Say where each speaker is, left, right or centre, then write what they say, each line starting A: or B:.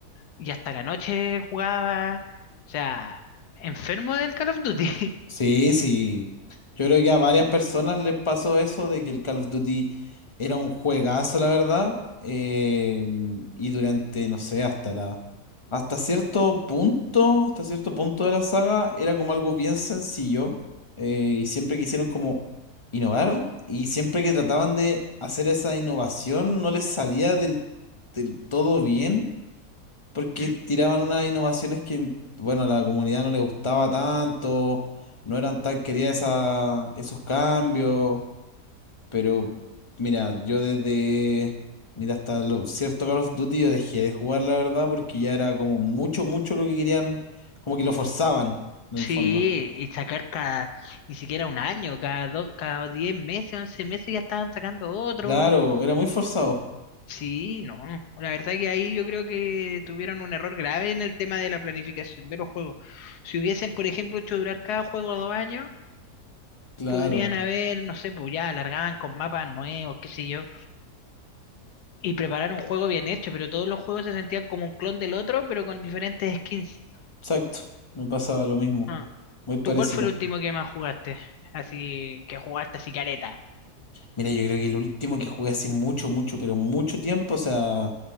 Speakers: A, on the left; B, on the left.
A: y hasta la noche jugaba. O sea, enfermo del Call of Duty.
B: Sí, sí. Yo creo que a varias personas les pasó eso de que el Call of Duty era un juegazo, la verdad. eh, y durante, no sé, hasta la, hasta cierto punto, hasta cierto punto de la saga, era como algo bien sencillo. eh, y siempre quisieron como innovar. Y siempre que trataban de hacer esa innovación, no les salía del, del todo bien.
A: <laughs>
B: porque
A: ¿Mm?
B: tiraban unas innovaciones que, bueno, a la comunidad no le gustaba tanto, no eran tan queridas esa- esos cambios, pero mira, yo desde, mira, hasta lo cierto Call of Duty yo dejé de jugar, la verdad, porque ya era como mucho, mucho lo que querían, como que lo forzaban, en
A: Sí,
B: el fondo.
A: y sacar cada, ni siquiera un año, cada, do- cada 10 meses, 11 meses ya estaban sacando otro.
B: Claro, era muy forzado,
A: Sí, no. La verdad que ahí yo creo que tuvieron un error grave en el tema de la planificación de los juegos. Si hubiesen, por ejemplo, hecho durar cada juego dos años,
B: claro,
A: podrían haber, no sé, pues ya alargaban con mapas nuevos, qué sé yo, y preparar un juego bien hecho, pero todos los juegos se sentían como un clon del otro, pero con diferentes skins.
B: exacto, me pasaba lo mismo,
A: Ah.
B: muy parecido.
A: ¿Tú cuál fue el último que más jugaste? Así que jugaste así caleta,
B: Mira, yo creo que el último que jugué hace mucho, mucho, pero mucho tiempo, o sea,